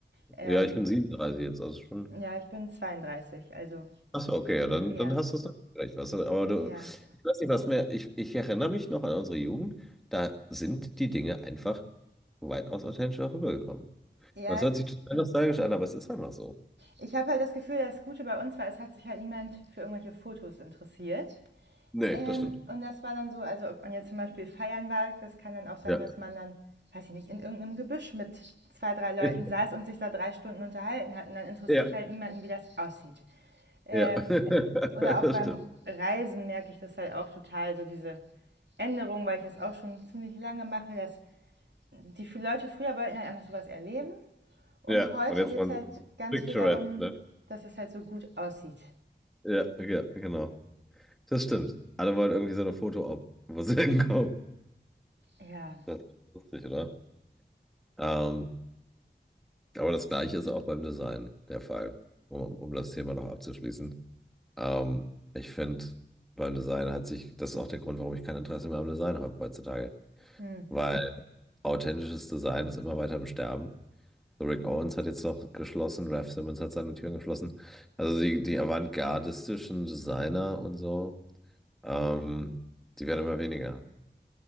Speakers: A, on the right (about 70°); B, in the centre.
A: Ähm,
B: ja, ich bin 37 jetzt, also schon.
A: ja, ich bin 32, also
B: Achso, okay, ja, dann,
A: ja,
B: dann hast du es noch vielleicht was. Aber du,
A: ja.
B: ich weiß nicht, was mehr. Ich, ich erinnere mich noch an unsere Jugend. Da sind die Dinge einfach weitaus authentischer rübergekommen.
A: Ja,
B: Und es hört sich total nostalgisch an, aber es ist einfach so.
A: ich habe halt das Gefühl, das Gute bei uns war, es hat sich halt niemand für irgendwelche Fotos interessiert.
B: Nee,
A: Ähm,
B: das stimmt.
A: und das war dann so, also ob man jetzt zum Beispiel feiern war, das kann dann auch sein,
B: Ja.
A: dass man dann, weiß ich nicht, in irgendeinem Gebüsch mit zwei, drei Leuten
B: <laughs>
A: saß und sich da drei Stunden unterhalten hat. Und dann interessiert
B: Ja,
A: halt niemanden, wie das aussieht. Ähm,
B: ja.
A: oder
B: <laughs>
A: auch
B: Das
A: beim
B: stimmt.
A: Reisen merke ich das halt auch total, so diese Änderung, weil ich das auch schon ziemlich lange mache, dass die viele Leute früher wollten halt einfach sowas erleben. Und
B: Ja.
A: heute
B: Und jetzt
A: geht
B: waren
A: es halt
B: sie
A: ganz
B: picturesque,
A: viel darum,
B: ne?
A: dass es halt so gut aussieht.
B: Ja, ja, genau. Das stimmt. Alle wollen irgendwie so eine Foto-Op, wo sie <laughs> hinkommen.
A: Ja.
B: Das ist lustig, oder? Ähm, aber das Gleiche ist auch beim Design der Fall, um, um das Thema noch abzuschließen. Ähm, ich finde, beim Design hat sich, das ist auch der Grund, warum ich kein Interesse mehr am Design habe heutzutage.
A: Hm.
B: Weil authentisches Design ist immer weiter am Sterben. So Rick Owens hat jetzt noch geschlossen, Raf Simons hat seine Türen geschlossen. Also die, die avantgardistischen Designer und so, ähm, die werden immer weniger.